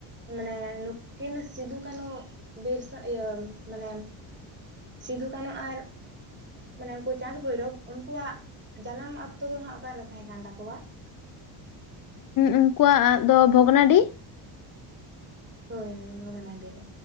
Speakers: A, on the right; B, on the left.
A: ᱢᱟᱱᱮ ᱱᱩᱠᱤᱱ ᱥᱤᱫᱩ ᱠᱟᱱᱩ ᱵᱤᱨᱥᱟ ᱤᱭᱟᱹ ᱢᱟᱱᱮ ᱥᱤᱫᱩ ᱠᱟᱹᱱᱩ ᱟᱨ ᱢᱟᱱᱮ ᱩᱱᱠᱩ ᱪᱟᱸᱫᱽ ᱵᱷᱳᱭᱨᱳᱵ ᱩᱱᱠᱩᱣᱟᱜ ᱡᱟᱱᱟᱢ ᱟᱛᱳ ᱫᱚ ᱦᱟᱸᱜ ᱚᱠᱟᱨᱮ ᱛᱟᱦᱮᱸ ᱠᱟᱱ ᱛᱟᱠᱚᱣᱟ?
B: ᱩᱱᱠᱩᱣᱟᱜ ᱫᱚ ᱵᱷᱚᱜᱽᱱᱟᱰᱤ
A: ᱦᱳᱭ ᱦᱳᱭ ᱵᱷᱚᱜᱱᱟᱰᱤ ᱨᱮ᱾